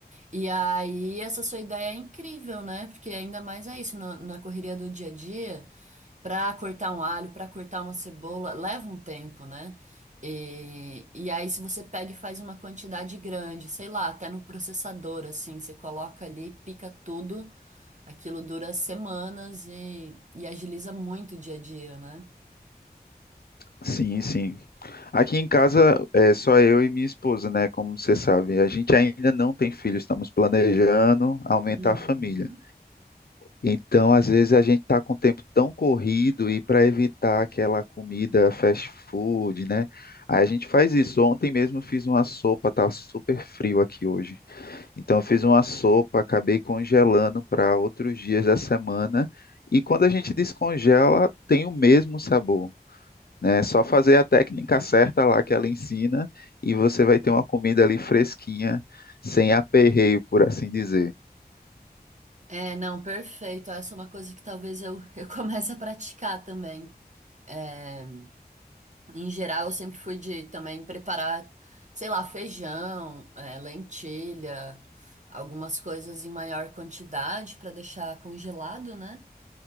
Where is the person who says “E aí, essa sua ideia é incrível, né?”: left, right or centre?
Right